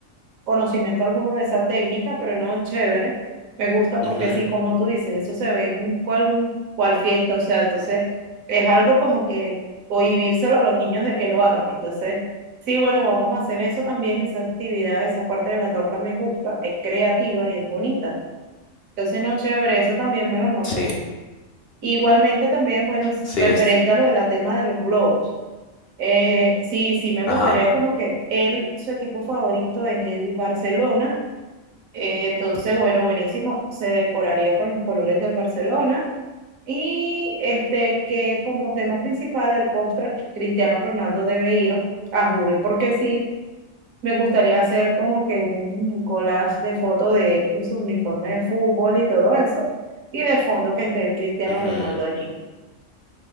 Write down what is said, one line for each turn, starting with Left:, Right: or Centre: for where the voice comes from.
Right: conocimiento alguno de esa técnica, pero no, chévere. Me gusta porque
Left: Ujú,
Right: sí, como tú dices, eso se ve en cual, cual fiesta, o sea, entonces es algo como que cohibírselo a los niños de que lo hagan. Entonces, sí, bueno, vamos a hacer eso también, esa actividad, esa parte de la torta me gusta, es creativa y es bonita. Entonces, no, chévere, eso también me lo notas.
Left: sí.
Right: Igualmente también, bueno, s-
Left: Sí,
Right: referente
Left: este,
Right: a lo del tema de los globos. Eh, sí, sí, me
Left: ajá.
Right: gustaría como que él, su equipo favorito es el Barcelona eh, entonces, bueno, buenísimo. Se decoraría con los colores del Barcelona. Y este, que como tema principal, el póster, Cristiano Ronaldo debe ir a Jure, porque sí, me gustaría hacer como que un collage de fotos de él con su uniforme de fútbol y todo eso. Y de fondo que esté el Cristiano
Left: ujú,
Right: Ronaldo allí.